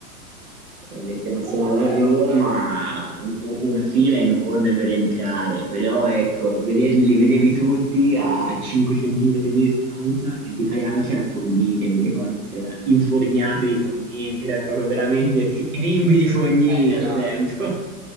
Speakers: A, on the right; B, on the right.
A: L'internazionale
B: Uh, bello,
A: a Roma,
B: bello.
A: u- u- una fila enorme per entrare, però ecco, vederli, li vedevi tutti a 5 centimetri di distanza e di Cariano c'era Fognini, e mi ricordo c'era infognati di Fognini, c'era proprio veramente i bimbi di Fognini
B: È chiaro.
A: al tempo.